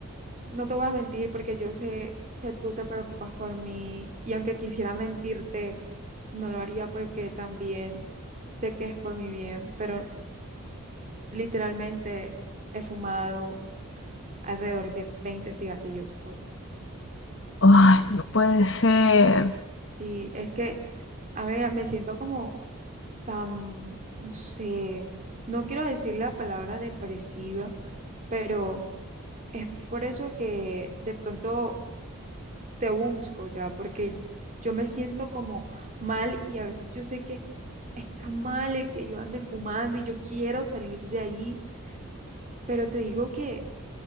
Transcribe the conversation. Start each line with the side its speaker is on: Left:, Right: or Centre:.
Right: no te voy a mentir porque yo sé que tú te preocupas por mí y aunque quisiera mentirte, no lo haría porque también sé que es por mi bien, pero literalmente he fumado alrededor de 20 cigarrillos. hoy.
Left: Ay, no puede ser.
Right: Sí, es que, a ver, me siento como tan, no sé, no quiero decir la palabra depresiva, pero es por eso que de pronto te busco ya, porque yo me siento como mal y a veces yo sé que está mal el que yo ande fumando y yo quiero salir de ahí, pero te digo que